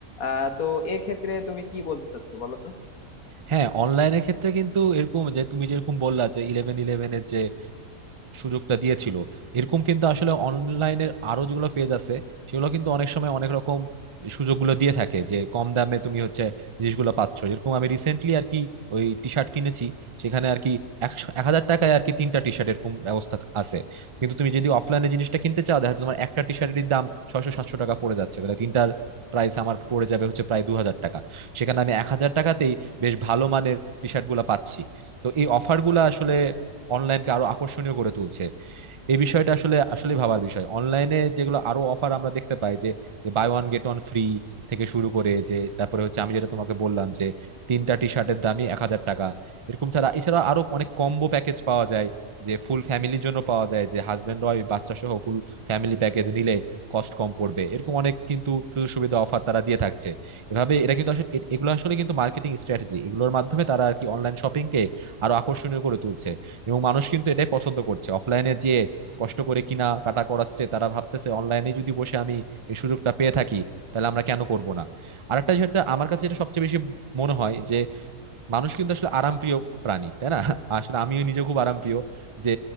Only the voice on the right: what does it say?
হ্যাঁ অনলাইনের ক্ষেত্রে কিন্তু এরকম যে তুমি যেরকম বললা যে ইলেভেন ইলেভেনের যে সুযোগটা দিয়েছিল এরকম কিন্তু আসলে অনলাইনের আরো যেগুলো পেজ আছে সেগুলো কিন্তু অনেক সময় অনেক রকম সুযোগগুলো দিয়ে থাকে যে কম দামে তুমি হচ্ছে জিনিসগুলো পাচ্ছ যেরকম আমি রিসেন্টলি আর কি ওই টি শার্ট কিনেছি সেখানে আর কি একশো এক হাজার টাকায় আর কি তিনটা টি শার্ট এরকম ব্যবস্থা আছে কিন্তু তুমি যদি অফলাইনে জিনিসটা কিনতে চাও দেখা যাচ্ছে তোমার একটা টি শার্টের দাম ছয়শো সাতশো টাকা পড়ে যাচ্ছে তাহলে তিনটার প্রাইস আমার পড়ে যাবে হচ্ছে প্রায় দু হাজার টাকা সেখানে আমি এক হাজার টাকাতেই বেশ ভালো মানের টি শার্ট গুলা পাচ্ছি তো এই অফার গুলা আসলে অনলাইনকে আরো আকর্ষণীয় করে তুলছে এই বিষয়টা আসলে আসলে ভাবার বিষয় অনলাইনে যেগুলো আরো অফার আমরা দেখতে পাই যে buy one get one free থেকে শুরু করে যে তারপরে হচ্ছে আমি যেটা তোমাকে বললাম যে তিনটা টি শার্টের দামই এক হাজার টাকা এরকম ছাড়া এছাড়া আরো অনেক কম্বো প্যাকেজ পাওয়া যায় যে ফুল ফ্যামিলির জন্য পাওয়া যায় যে হাজবেন্ড ওয়াইফ বাচ্চা সহ ফুল ফ্যামিলি প্যাকেজ নিলে কস্ট কম পড়বে এরকম অনেক কিন্তু সুযোগ সুবিধা অফার তারা দিয়ে থাকছে এভাবে এটা কিন্তু আসলে এ- এগুলো আসলে কিন্তু মার্কেটিং স্ট্র্যাটেজি এগুলোর মাধ্যমে তারা আর কি অনলাইন শপিং কে আরো আকর্ষণীয় করে তুলছে এবং মানুষ কিন্তু এটাই পছন্দ করছে অফলাইনে যে কষ্ট করে কিনা কাটা করাচ্ছে তারা ভাবতেছে অনলাইনে যদি বসে আমি এই সুযোগটা পেয়ে থাকি তাহলে আমরা কেন করব না আরেকটা যেটা আমার কাছে যেটা সবচেয়ে বেশি মনে হয় যে মানুষ কিন্তু আসলে আরামপ্রিয় প্রাণী তাই না <laughs> আসলে আমিও নিজে খুব আরামপ্রিয় যে